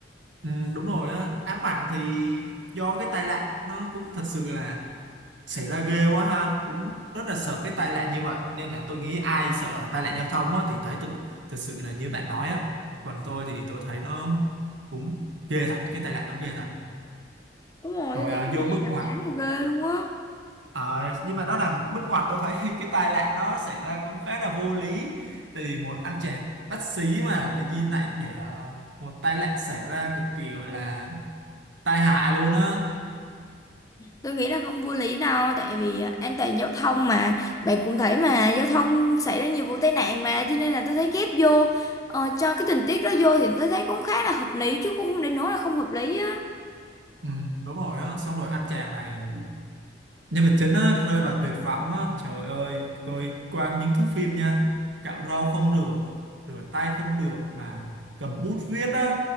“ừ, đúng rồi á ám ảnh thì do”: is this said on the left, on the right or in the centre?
Right